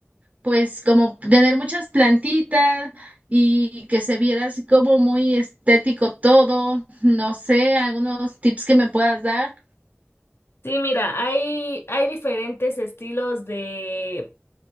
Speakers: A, on the right; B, on the left.
A: pues como tener muchas plantitas y que se viera así como muy estético todo, no sé, algunos tips que me puedas dar.
B: Sí, mira, hay, hay diferentes estilos de